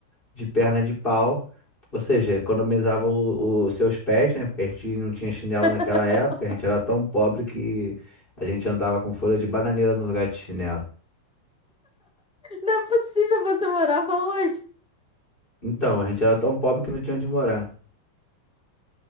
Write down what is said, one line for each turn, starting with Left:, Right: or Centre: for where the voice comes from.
Left: de perna de pau. Ou seja, economizava o- o- os seus pés, né? Porque a gente não tinha chinelo
Centre: <laughs>
Left: naquela época, a gente era tão pobre que a gente andava com folha de bananeira no lugar de chinelo.
Centre: Não é possível, você morava onde?
Left: Então, a gente era tão pobre que não tinha onde morar.